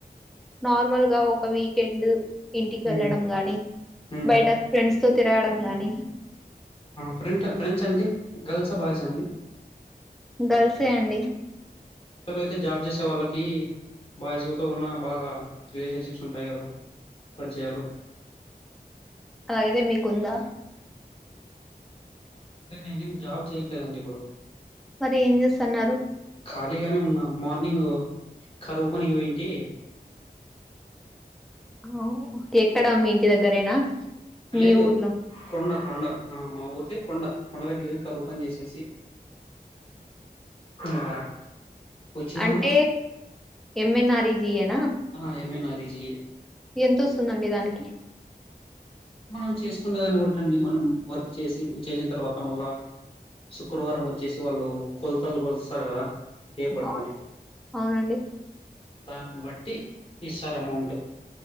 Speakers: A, in the centre; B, on the left.
A: నార్మల్గా ఒక వీకెండ్ ఇంటికి
B: హ్మ్.
A: వెళ్ళడం గాని
B: హ్మ్.
A: బయట ఫ్రెండ్స్ తో తిరగడం గాని
B: ఫ్రెంట్ ఫఫ్రెండ్స్ అంటే గర్ల్సా బాయ్స్ ఆ అండి
A: గల్సే అండి
B: అంటే జాబ్ చేసే వాళ్ళకి బాయ్స్తో ఉ బాగా రిలేషన్షిప్స్ ఉంటాయి కదా పరిచయాలు
A: అలాగతే మీకుందా
B: అంటే నేనేం జాబ్ చేయట్లేదండి ఇప్పుడు
A: మరి ఏం చేస్తన్నారు
B: ఖాళీగానే ఉన్నా మార్నింగ్ కరూపనికి పోయింటి
A: ఓ ఎక్కడ మీ ఇంటి దగ్గరేనా మీ
B: లేదు
A: ఊర్లో
B: కొండ కొండ మా ఊరుది కొండ దగ్గర కరువు పని చేసేసి ఆ వచ్చినమ
A: అంటే ఎంఎన్ఆర్ఈజీయేనా?
B: ఆ ఏమైనా రిజి
A: ఎంతొస్తుందండి దానికి
B: మనం చేసుకున్న దాన్ని బట్టి అండి మనం వర్క్ చేసి చేసిన తర్వాత మళ్ళా శుక్రవారం వచ్చేసి వాళ్ళు కొలతలు కొల్ వస్తారు కదా టేప్ పట్టుకొని
A: అవును అవునండి.
B: దాన్ని బట్టి ఇస్తారు అమౌంట్